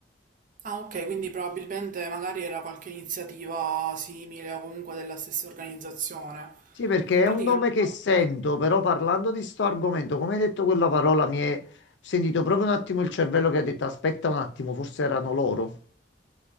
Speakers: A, on the right; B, on the left.
A: Ah, ok, quindi probabilmente magari era qualche iniziativa simile o comunque della stessa organizzazione.
B: Sì, perché
A: In
B: è
A: pratica
B: un nome
A: hanno
B: che
A: fatto...
B: sento, però parlando di sto argomento, come hai detto quella parola, mi è sentito proprio un attimo il cervello che ha detto aspetta un attimo, forse erano loro.